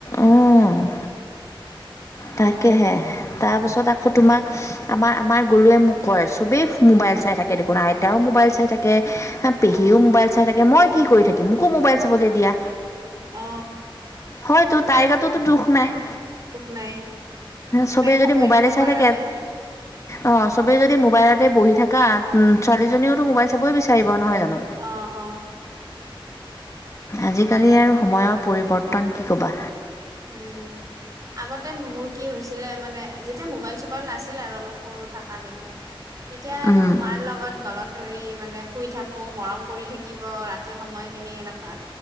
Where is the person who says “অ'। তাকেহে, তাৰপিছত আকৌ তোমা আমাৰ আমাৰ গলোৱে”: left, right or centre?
Left